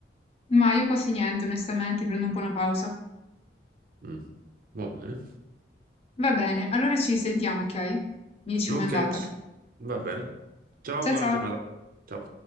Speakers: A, on the left (about 35°); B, on the right (about 55°).
A: Ma io quasi niente, onestamente, prendo un po' una pausa.
B: Mm, Va bene.
A: Va bene, allora ci sentiamo, ok? Mi dici com'è
B: Ok,
A: andata.
B: va bene. Ciao,
A: Cia
B: buona
A: ciao.
B: giornata. Ciao.